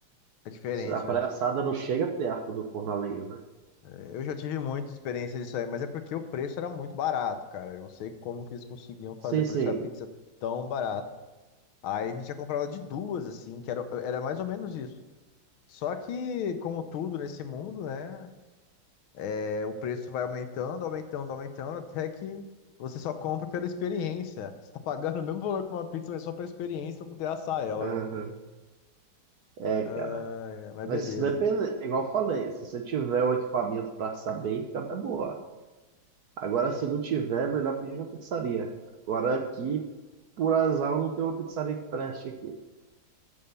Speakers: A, on the left; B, on the right.
A: É diferente,
B: A praia
A: né?
B: assada não chega perto do forno a lenha, né?
A: Eh, Eu já tive muita experiência disso aí, mas é porque o preço era muito barato, cara. Eu não sei como que eles conseguiam fazer
B: Sim,
A: pra
B: sim.
A: deixar a pizza tão barata. Aí a gente já comprava de duas, assim, que era, era mais ou menos isso. Só que, como tudo nesse mundo, né? é, o preço vai aumentando, aumentando, aumentando, até que você só compra pela experiência. Você tá pagando <laughs> o mesmo valor que uma pizza, mas só pela experiência pra poder assar ela,
B: Aham.
A: né?
B: É,
A: Ah,
B: cara.
A: é, mas
B: Mas
A: beleza.
B: se depende, é igual eu falei, se você tiver o equipamento pra saber, fica até boa. Agora, se não tiver, é melhor pedir na pizzaria. Agora aqui, por azar, eu não tenho uma pizzaria que preste aqui.